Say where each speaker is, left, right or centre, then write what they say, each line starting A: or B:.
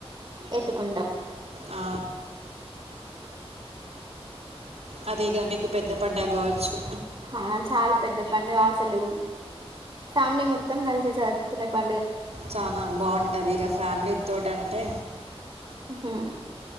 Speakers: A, on the right; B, on the right.
A: ఎత్తుకుంటాం
B: ఆ అది ఇగ మీకు పెద్ద పండగ కావచ్చు.
A: ఆ చాలా పెద్ద పండుగ అసలు ఫ్యామిలీ మొత్తం కలిసి జరువుకునే ప
B: చాలా బాగుంటది ఇక ఫ్యామిలీ తోటి అంటే
A: హమ్